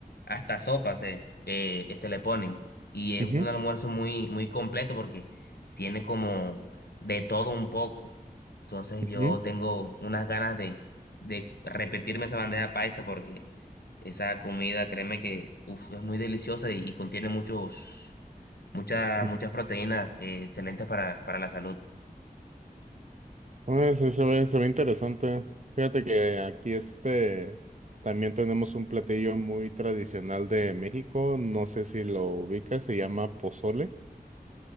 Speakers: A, on the left (about 80°); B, on the right (about 50°).
A: hasta sopas eh, eh, este le ponen. Y es
B: ujú,
A: un almuerzo muy, muy completo porque tiene como de todo un poco. Entonces
B: ujú,
A: yo tengo unas ganas de, de repetirme esa bandeja paisa porque esa comida, créeme que uf, es muy deliciosa y, y contiene muchos, muchas,
B: ujú.
A: muchas proteínas eh, excelentes para, para la salud.
B: Bueno, sí se ve, se ve interesante. Fíjate que aquí este también tenemos un platillo muy tradicional de México. No sé si lo ubicas, se llama pozole.